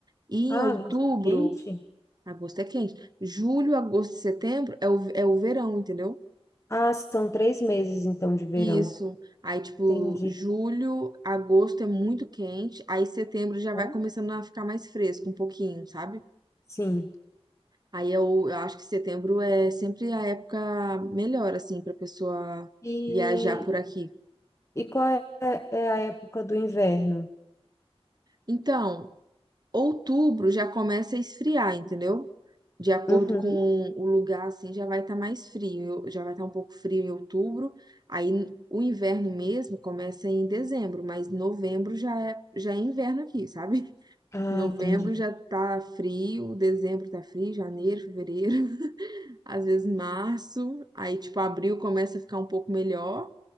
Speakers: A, on the right; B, on the left.
A: E
B: Ah,
A: em outubro,
B: agosto é quente?
A: agosto é quente. Julho, agosto e setembro é o, é o verão, entendeu?
B: Ah, são três meses então de verão.
A: Isso. Aí, tipo,
B: Entendi.
A: julho, agosto é muito quente, aí setembro já vai
B: Hã?
A: começando a ficar mais fresco um pouquinho, sabe?
B: Sim.
A: Aí eu, eu acho que setembro é sempre a época melhor, assim, pra pessoa
B: E,
A: viajar por aqui.
B: e qual é, é a época do inverno?
A: Então, outubro já começa a esfriar, entendeu? De acordo
B: Uhum.
A: com o lugar, assim, já vai estar mais frio, eu- já vai estar um pouco frio em outubro. Aí o inverno mesmo começa em dezembro, mas novembro já é, já é inverno aqui, sabe?
B: Ah,
A: Novembro
B: entendi.
A: já tá frio, dezembro tá frio, janeiro, fevereiro, <laughs> às vezes março, aí tipo abril começa a ficar um pouco melhor,